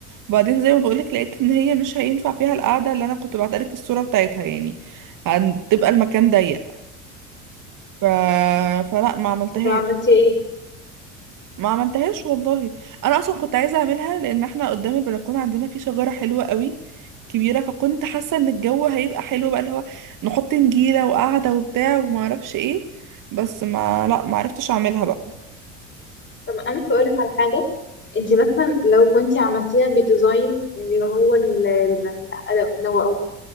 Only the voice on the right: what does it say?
وبعدين زي ما بقولك لقيت ان هي مش هينفع فيها القعده اللي انا كنت بعتلك الصوره بتاعتها يعني هتبقى المكان ضيق ف... فلا ما عملتهاش
ما عملتهاش والله انا اصلا كنت عايزه اعملها لان احنا قدام البلكونه عندنا في شجره حلوه قوي كبيره فكنت حاسه ان الجو هيبقى حلو بقى اللي هو نحط نجيله وقعده وبتاع وما اعرفش ايه بس ما لا ما عرفتش اعملها بقى